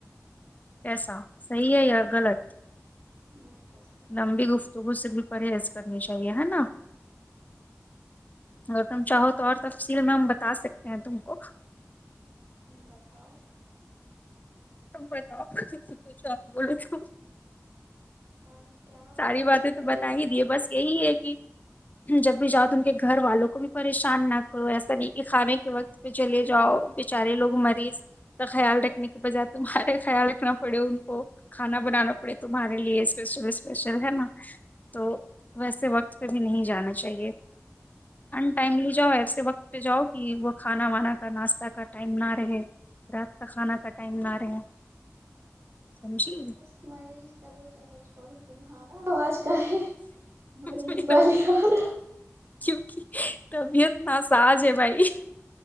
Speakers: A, on the left; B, on the right.
A: کیسا صحیح ہے یا غلط
B: بالکل صحیح
A: لمبی گفتگو سے بھی پرہیز کرنی چاہیے ہے نا اگر تم چاہو تو اور تفصیل میں ہم بتا سکتے ہیں تم کو
B: بتاؤ
A: بتا آپ <unintelligible> بول تو
B: ہم کیا
A: ساری
B: بولے
A: باتیں تو بتا ہی دیے بس یہی ہے کہ جب بھی جاؤ تو ان کے گھر والوں کو بھی پریشان نہ کرو ایسا نہیں کہ کھانے کے وقت پہ چلے جاؤ بےچارے لوگ مریض کا خیال رکھنے کے بج تمہارے خیال رکھنا پڑے ان کو کھانا بنانا پڑے تمہارے لیے اسپیشل اسپیشل ہے نا تو ویسے وقت پہ بھی نہیں جانا چاہیے ہ ٹائملی جاؤ ایسے وقت پہ جاؤ کہ وہ کھانا وانا کا ناشتہ کا ٹائم نہ رہے رات کا کھانا کا ٹائم نہ رہا سمجی
B: اس مریض ک چلو چھوڑ تمہارا آواز کا ہے مریض
A: میرا
B: والی آرہ
A: کیونکہ طبیعت ن ساج ہے بھائی